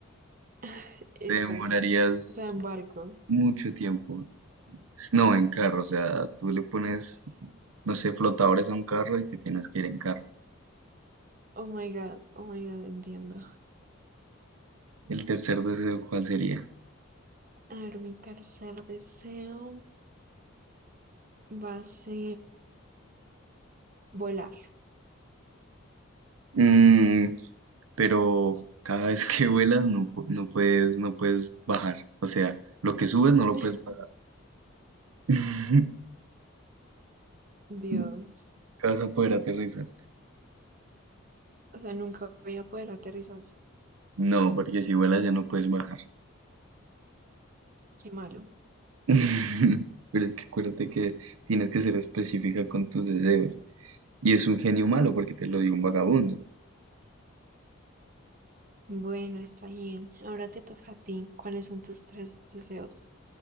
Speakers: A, on the right; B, on the right.
A: <laughs> está
B: Te demorarías
A: bien. O sea, en barco.
B: mucho tiempo. No, en carro. O sea, tú le pones, no sé, flotadores a un carro y te tienes que ir en carro.
A: Oh my God, oh my God, entiendo.
B: El tercer deseo, ¿cuál sería?
A: A ver, mi tercer deseo. Va a ser volar.
B: Mm, pero cada vez que vuelas no, pu- no puedes, no puedes bajar. O sea, lo que subes no lo
A: <laughs>
B: puedes bajar. <laughs>
A: Dios.
B: Nunca vas a poder aterrizar.
A: O sea, nunca voy a poder aterrizar.
B: No, porque si vuelas ya no puedes bajar.
A: Qué malo.
B: <laughs> Pero es que acuérdate que tienes que ser específica con tus deseos. Y es un genio malo porque te lo dio un vagabundo.
A: Bueno, está bien. Ahora te toca a ti. ¿Cuáles son tus tres deseos?